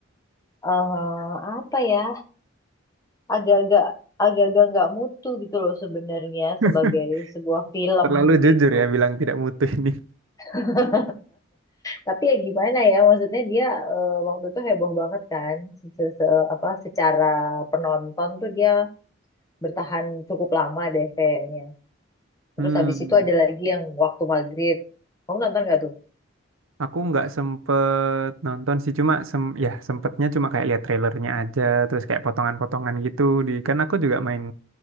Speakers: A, on the left; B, on the right.
A: eh, apa ya agak-agak agak-agak nggak mutu gitu loh sebenarnya
B: <laughs>
A: sebagai sebuah film
B: Terlalu jujur
A: gitu.
B: ya bilang tidak mutu ini.
A: <laughs> Tapi ya gimana ya maksudnya dia eh, waktu itu heboh banget kan Se- se- se- apa secara penonton tuh dia bertahan cukup lama deh kayaknya. Terus
B: Hmm.
A: habis itu ada lagi yang waktu maghrib. Kamu nonton nggak tuh?
B: Aku nggak sempet nonton sih cuma sem ya sempetnya cuma kayak lihat trailernya aja terus kayak potongan-potongan gitu di kan aku juga main